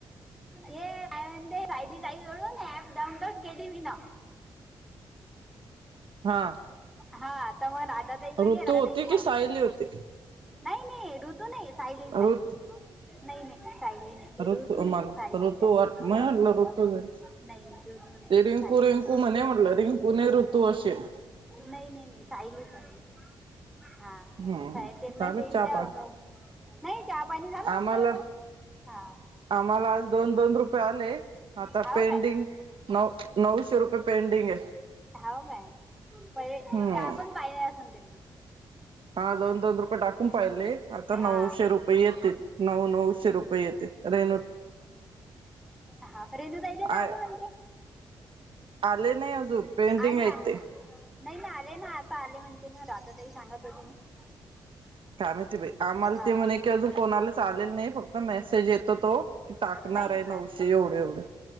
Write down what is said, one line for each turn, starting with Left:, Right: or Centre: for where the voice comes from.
Centre: ये का म्हणते राहिली ताई जळून ऍप डाउनलोड केली मी ना
Right: हा
Centre: हा तर मग राधा दाई म्हणे
Right: ऋतू
Centre: राधादााई
Right: होती
Centre: सांगे
Right: की सायली होती
Centre: नाही नाही ऋतू नाही सायली सयली
Right: ऋत
Centre: नाही नाही लीरूज
Right: ऋतू
Centre: तू नाही
Right: मला
Centre: सायली
Right: ऋतू
Centre: सायली
Right: वाट म म्हटलं ऋतू जाई
Centre: नाही नाही त तू नाही
Right: ते रिंकू
Centre: साली
Right: रिंकू म्हणे म्हटलं रिंकूने ऋतू असेल
Centre: नाही नाही नाही सायली साईली हा
Right: हम्म
Centre: साहे तेना
Right: झालं
Centre: तेन
Right: चहा
Centre: जाव
Right: पाणी
Centre: म नाही चहा पाणी झालं आमचला
Right: आम्हाला
Centre: हा
Right: आम्हाला आज दोन दोन रुपये आले आता
Centre: हाव
Right: पेंडिंग
Centre: काय
Right: नऊ नऊशे रुपये पेंडिंग आहे
Centre: हाव काय पे
Right: हम्म
Centre: चकण पाहिले अस त्यांना
Right: हा दोन दोन रुपये टाकून पाहिले आता
Centre: हा
Right: नऊशे रुपये येते नऊ नऊशे रुपये येते अरे
Centre: ा रेनू दै
Right: आ
Centre: ना आले म्हणजे
Right: आले नाही अजून पेंटिंग
Centre: आले
Right: आहेत
Centre: नाही
Right: ते
Centre: ना आले ना आता आले म्हणते ना राधा तही सांगत होती ना
Right: काय माहिती बा आम्हाला
Centre: हा
Right: ते म्हणे की अजून कोणालाच आलेल नाही फक्त मेसेज येत तो की टाकणार
Centre: नाही
Right: आहे नऊशे एवढे एवढे